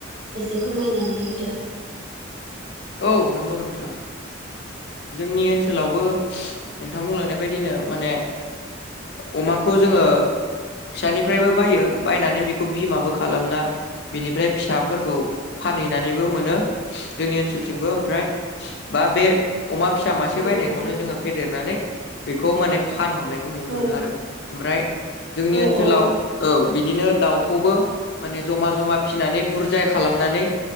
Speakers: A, on the right; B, on the left.
A: एसे फोरमायनानै होदो।
B: औ नंगौ नोंथां जोंनि ओनसोलावबो नोंथां बुंलांनाय बायदिनो माने अमाखौ जोङो फिसानिफ्रायबो बायो बायनानै बेखौ बिमाबो खालामना बिनिफ्राय फिसाफोरखौ फानहैनानैबो मोनो जोंनि ओनसोल थिंबो ओमफ्राय बा बे अमा फिसा
A: नंगौ
B: मासे बायनायखौनो
A: नोंथां
B: जोङो फेदेरनानै बेखौ माने फानहरनायखौ नुनो
A: औ
B: मोनो आरो ओमफ्राय जोंनि
A: औ
B: ओनसोलाव
A: औ
B: औ बिदिनो दाउखौबो माने जमा जमा फिसिनानै बुरजाय खालामनानै